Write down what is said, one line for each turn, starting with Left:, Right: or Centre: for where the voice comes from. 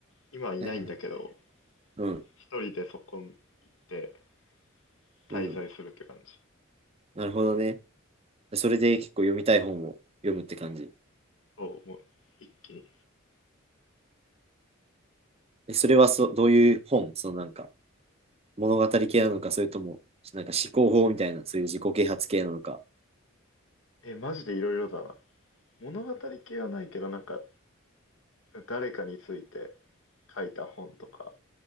Left: 今はいないんだけど、
Right: はいはいうん、
Left: 一人でそこ行って滞在するって感じ。
Right: うん。なるほどね。それで結構読みたい本を読むって感じ。
Left: そう、もう、一気に。
Right: えそれはそどういう本そのなんか物語系なのか、それともなんか思考法みたいな、そういう自己啓発系なのか、
Left: え、マジでいろいろだな。物語系はないけど、なんか、誰かについて書いた本とか、